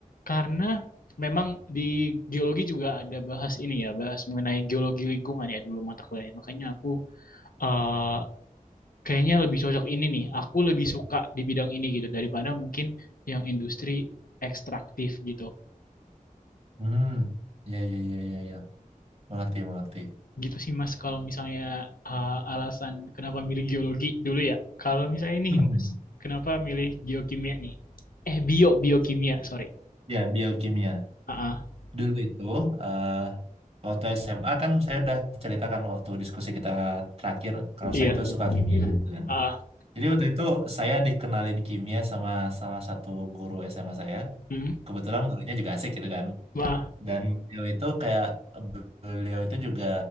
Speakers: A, on the left; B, on the right.
A: Karena memang di geologi juga ada bahas ini ya, bahas mengenai geologi lingkungan ya dulu mata kuliahnya. Makanya aku eh, kayaknya lebih cocok ini nih. Aku lebih suka di bidang ini gitu daripada mungkin yang industri ekstraktif gitu.
B: Hmm, iya, iya, iya, iya, iya. Mengerti, mengerti.
A: gitu sih Mas kalau misalnya uh, alasan kenapa milih geologi dulu ya. Kalau misalnya nih
B: <laughs>
A: Mas, kenapa milih geokimia nih? Eh bio biokimia, sorry.
B: Ya, biokimia.
A: Ah, ah,
B: Dulu itu, eh waktu SMA kan saya udah ceritakan waktu diskusi kita terakhir, kalau
A: iya.
B: saya itu suka kimia. gitu kan.
A: Ah, ah,
B: Jadi waktu itu saya dikenalin kimia sama salah satu guru SMA saya.
A: hmm,
B: Kebetulan gurunya juga asik gitu kan.
A: wah,
B: Dan beliau itu kayak beliau itu juga